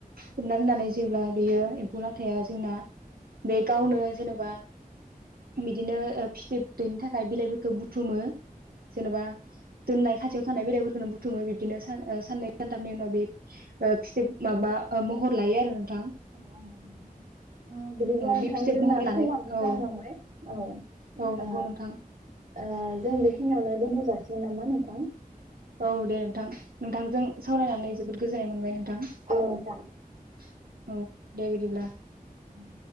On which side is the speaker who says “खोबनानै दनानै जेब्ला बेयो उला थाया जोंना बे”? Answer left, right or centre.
Right